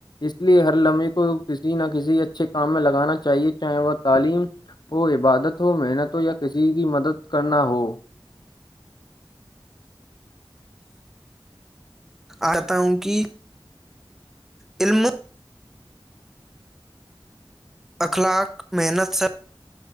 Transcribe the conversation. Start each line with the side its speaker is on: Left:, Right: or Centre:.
Left: اس لیے ہر لمحے کو کسی نہ کسی اچھے کام میں لگانا چاہیے چاہے وہ تعلیم ہو عبادت ہو محنت ہو یا کسی کی مدد کرنا ہو
Centre: آتا ہوں کہ علم اخلاق محنت سب